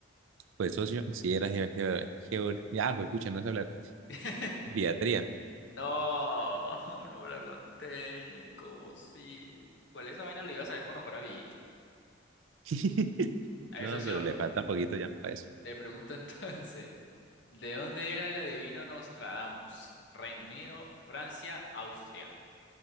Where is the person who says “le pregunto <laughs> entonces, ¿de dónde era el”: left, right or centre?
Left